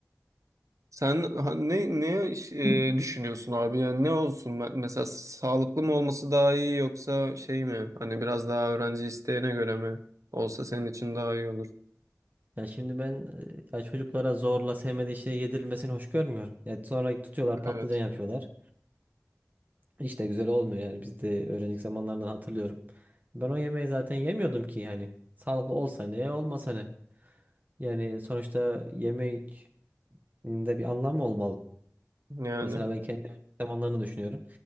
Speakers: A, on the right; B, on the right.
A: sen ha- ne ne iş- e,
B: <laughs>
A: düşünüyorsun abi? Yani ne olsun? Me- Mesela sağlıklı mı olması daha iyi yoksa şey mi? Hani biraz daha öğrenci isteğine göre mi olsa senin için daha iyi olur.
B: Ya şimdi ben e, ya çocuklara zorla sevmediği şey yedirilmesini hoş görmüyorum. Ya sonra tutuyorlar patlıcan
A: Evet.
B: yapıyorlar. Hiç de güzel olmuyor yani biz de öğrencilik zamanlarından hatırlıyorum. Ben o yemeği zaten yemiyordum ki yani. Sağlıklı olsa ne, olmasa ne. Yani sonuçta yemek de bir anlamı olmalı.
A: Yani
B: Mesela ben kendi zamanlarını düşünüyorum.